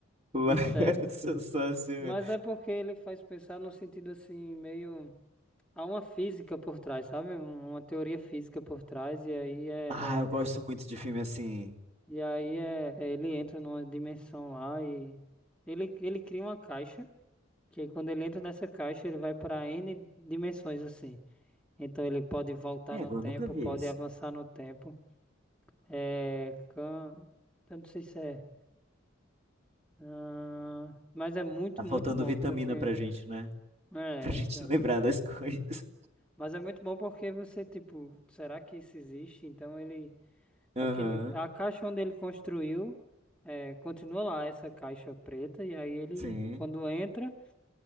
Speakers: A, on the right; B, in the centre.
A: Lá,
B: de
A: <laughs>
B: série.
A: Sou só assim. mesmo.
B: Mas é porque ele faz pensar no sentido assim, meio. Há uma física por trás, sabe? Um- Uma teoria física por trás, e aí é,
A: Ah, eu gosto
B: é- é-
A: muito de filme assim.
B: E aí é, é- ele entra numa dimensão lá e. Ele, ele cria uma caixa, que aí quando ele entra nessa caixa, ele vai para N dimensões assim. Então ele pode voltar
A: É,
B: no
A: eu
B: tempo,
A: nunca vi
B: pode
A: esse.
B: avançar no tempo. É, can... Eu não sei se é. ah, Mas é muito,
A: Tá faltando
B: muito bom,
A: vitamina
B: porque.
A: pra gente, né?
B: É,
A: Pra gente
B: enfim.
A: <laughs> lembrar das coisas.
B: Mas é muito bom porque você, tipo, será que isso existe? Então ele. Aquele...
A: Aham.
B: A caixa onde ele construiu é, continua lá, essa caixa preta, e aí ele,
A: Sim.
B: quando entra,